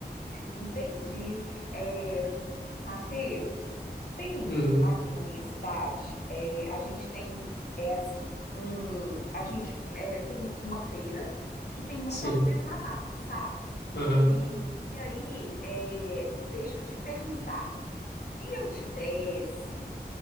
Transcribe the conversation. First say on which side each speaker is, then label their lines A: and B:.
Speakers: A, on the left; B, on the left.
A: Entendi. É, Matheus, tem
B: Uhum,
A: aqui na minha cidade, é, a gente tem, é assim, um, a gente é, tem uma feira que tem muito
B: sim.
A: artesanato, sabe?
B: Aham,
A: E, e aí, é, deixa eu te perguntar, se eu te desse